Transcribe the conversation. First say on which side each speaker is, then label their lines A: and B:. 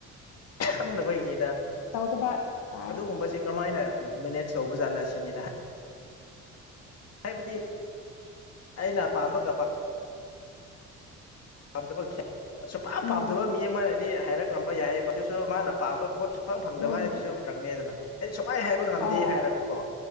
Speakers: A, on the left; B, on the left.
A: ꯈꯪꯗꯕꯩꯅꯤꯗ
B: ꯇꯧꯗꯕꯥ ꯇꯥꯔꯦ
A: ꯑꯗꯨꯒꯨꯝꯕꯁꯦ ꯀꯔꯝꯍꯥꯏꯅ ꯃꯦꯅꯦꯖ ꯇꯧꯕꯖꯥꯠꯂ ꯁꯤꯅꯤꯗ ꯍꯥꯏꯕꯗꯤ ꯑꯩꯅ ꯄꯥꯝꯕꯒ <unintelligible> ꯁꯨꯄꯥꯝ
B: ꯎꯝ
A: ꯄꯥꯝꯗꯕ ꯃꯤ ꯑꯃꯅꯗꯤ ꯍꯥꯏꯔꯛꯂꯝꯕ ꯌꯥꯏꯌꯦꯕ ꯑꯗꯨꯁꯨ ꯃꯥꯅ ꯄꯥꯝꯕ ꯄꯣꯠ ꯁꯨꯡꯐꯥꯡ ꯐꯪꯗꯕ
B: ꯎꯝ
A: ꯍꯥꯏꯕꯁꯤꯁꯨ ꯐꯔꯛꯅꯦꯗꯅ ꯑꯩꯗꯤ ꯁꯨꯃꯥꯏꯅ ꯍꯥꯏꯕ ꯉꯝꯗꯦ
B: ꯑꯥꯎ
A: ꯍꯥꯏꯔꯒꯀꯣ